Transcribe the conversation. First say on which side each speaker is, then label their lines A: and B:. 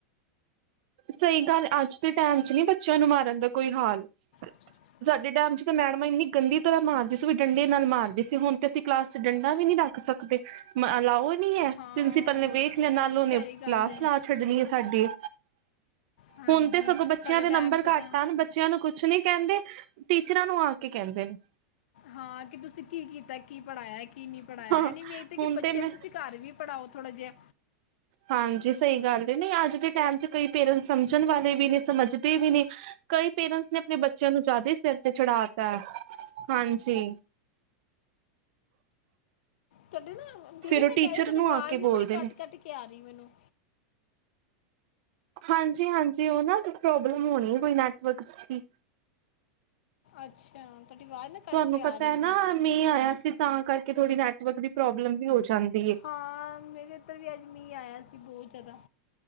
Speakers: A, on the right; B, on the left.
A: ਸਹੀ ਗੱਲ ਅੱਜ ਦੇ ਟੈਮ ਚ ਨਹੀਂ ਬੱਚਿਆਂ ਨੂੰ ਮਾਰਨ ਦਾ ਕੋਈ ਹਾਲ
B: ਅੱ
A: ਸਾਡੇ ਟਾਈਮ ਚ ਤਾਂ ਮੈਡਮਾਂ ਇੰਨੀ ਗੰਦੀ ਤਰ੍ਹਾਂ ਮਾਰਦੀ ਸੀ ਵੀ ਡੰਡੇ ਨਾਲ ਮਾਰਦੀ ਸੀ ਹੁਣ ਤੇ ਅਸੀਂ ਕਲਾਸ ਚ ਡੰਡਾ ਵੀ ਨ ਰੱਖ ਸਕਦੇ ਇਲਾਓ ਹੈ ਪ੍ਰਿੰਸੀਪਲ
B: ਹਾਂ
A: ਨੇ ਵੇਖ ਲਿਆ ਨਾਲ ਉਹਨੇ
B: ਸਹੀ
A: ਕਲਾਸ
B: ਗੱਲ ਹੈ
A: ਨਾ ਛੱਡਣੀ ਹੈ ਸਾਡੇ
B: ਹਾਂਜੀ
A: ਹੁਣ ਤੇ ਸਗੋਂ ਬੱਚਿਆਂ
B: ਸਾਡੇ
A: ਦੇ
B: ਟਾਈਮ
A: ਨੰਬਰ
B: ਤਾਂ
A: ਘੱਟ
B: ਤਾਂ
A: ਆਨ। ਬੱਚਿਆਂ ਨੂੰ ਕੁਛ ਨੀ ਕਹਿੰਦੇ, ਟੀਚਰਾਂ ਨੂੰ ਆ ਕੇ ਕਹਿੰਦੇ ਨੇ।
B: ਹਾਂ, ਕਿ ਤੁਸੀਂ ਕੀ ਕੀਤਾ, ਕੀ ਪੜਾਇਆ, ਕੀ ਨਹੀ ਪੜਾਇਆ, ਇਹ
A: ਹੁਣ
B: ਨਹੀਂ ਵੇਖਦੇ ਕਿ ਬੱਚਿਆਂ
A: ਤੇ ਮੈਂ
B: ਨੂੰ ਤੁਸੀਂ ਘਰ ਵੀ ਪੜ੍ਹਾਓ ਥੋੜਾ ਜਿਹਾ।
A: ਹਾਂਜੀ, ਸਹੀ ਗੱਲ ਹੈ। ਨਹੀਂ ਅੱਜ ਦੇ ਟਾਈਮ ਚ ਕਈ ਪੇਰੈਂਟਸ ਸਮਝਣ ਵਾਲੇ ਵੀ ਨੇ, ਸਮਝਦੇ ਵੀ ਨੇ। ਕਈ ਪੇਰੈਂਟਸ ਨੇ ਆਪਣੇ ਬੱਚਿਆਂ ਨੂੰ ਜ਼ਿਆਦਾ ਸਿਰ ਤੇ ਚੜ੍ਹਾ ਤਾ । ਹਾਂਜੀ
B: ਤੁਹਾਡੇ ਨਾ ਦੀਦੀ,
A: ਫੇਰ
B: ਮੈਂ
A: ਉਹ ਟੀਚਰ
B: ਕਹਿ ਰਹੀ ਤੁਹਾਡੀ
A: ਨੂੰ
B: ਆਵਾਜ਼
A: ਆ ਕੇ
B: ਨਾ
A: ਬੋਲਦੇ
B: ਬੜੀ ਕੱਟ-
A: ਨੇ
B: ਕੱਟ ਕੇ ਆ ਰਹੀ ਮੈਨੂੰ।
A: ਹਾਂਜੀ- ਹਾਂਜੀ ਉਹ ਨਾ ਪ੍ਰੋਬਲਮ ਹੋਣੀ ਕੋਈ ਨੈਟਵਰਕ ਚ ਕੀ।
B: ਅੱਛਾ ਤੁਹਾਡੀ ਆਵਾਜ਼ ਨਾ ਕੱਟ
A: ਤੁਹਾਨੂੰ
B: ਕੇ ਆ
A: ਪਤਾ
B: ਰਹੀ
A: ਹੈ, ਨਾ
B: ਸੀ
A: ਮੀਂ ਆਇਆ ਸੀ ਤਾਂ ਕਰਕੇ ਥੋੜ੍ਹੀ ਨੈਟਵਰਕ ਦੀ ਪ੍ਰੋਬਲਮ ਵੀ ਹੋ ਜਾਂਦੀ।
B: ਹਾਂ, ਮੇਰੇ ਇਧਰ ਵੀ ਅੱਜ ਮੀਂ ਆਇਆ ਸੀ ਬਹੁਤ ਜ਼ਿਆਦਾ।